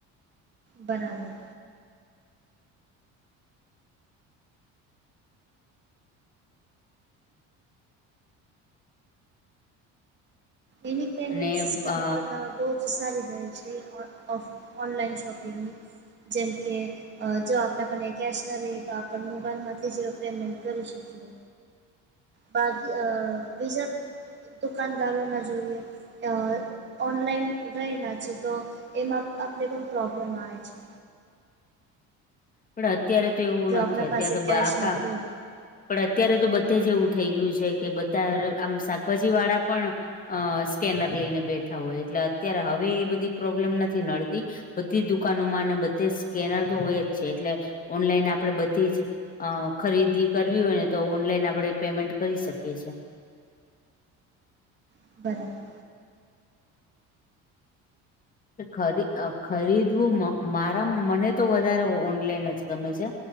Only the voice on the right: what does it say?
બરાબર. એની પેમેન્ટ
સિસ્ટમ
પણ અ તો જ સારી રહે છે ઓફ ઓનલાઈન શોપિંગની જેમ કે, અજો આપણા પણે કેશ ના રહી તો આપ મોબાઈલમાંથી જ પેમેન્ટ કરી શકીએ. બાકી અ બીજા દુકાનદારોના જોઈએ અ ઓનલાઈન રહીના છે તો એમાં આપણે પણ પ્રોબ્લેમ આવે છે.
જો આપણા
પાસે કેશ
નથી રહ્યો
બરાબર.